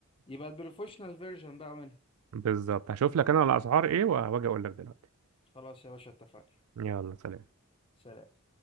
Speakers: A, on the left; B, on the right.
A: يبقى البروفيشنال فيرجن بقى منها
B: بالظبط هشوف لك انا الاسعار ايه وهاجي اقول لك دلوقتي
A: خلاص يا باشا اتفقنا
B: يلا سلام
A: سلام